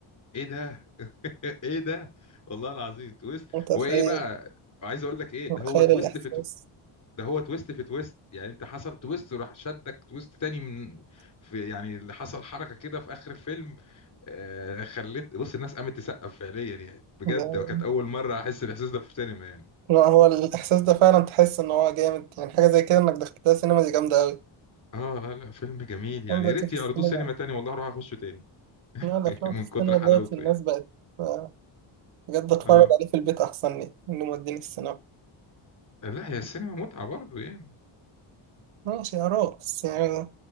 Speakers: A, on the left (about 40°); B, on the right (about 75°).
A: ايه ده <laughs> ايه ده والله العظيم تويست
B: متخيل
A: وايه بقى عايز اقول لك ايه ده
B: متخيل
A: هو تويست
B: الإحساس
A: في تو... ده هو تويست في تويست يعني انت حصل تويست وراح شدك تويست تاني من في يعني اللي حصل حركه كده في اخر الفيلم آه خليت بص الناس قامت تسقف فعليا يعني بجد
B: ده
A: كانت اول مره احس الاحساس ده في السينما يعني
B: لا هو الإحساس ده فعلا تحس إن هو جامد يعني حاجة زي كده إنك دخلتها سينما دي جامدة أوي
A: اه اه لا فيلم جميل يعني
B: أنا دلوقتي
A: يا ريت
B: في
A: يعرضوه
B: السينما
A: سينما تاني والله اروح اخشه تاني
B: لا الأفلام
A: <laughs> من
B: في السينما
A: كتر حلاوته
B: دلوقتي الناس
A: يعني
B: بقت آه، بجد أتفرج
A: اه
B: عليه في البيت أحسن لي إنه موديني السينما
A: لا هي السينما متعة برضه يعني
B: ماشي يا رب بس يعني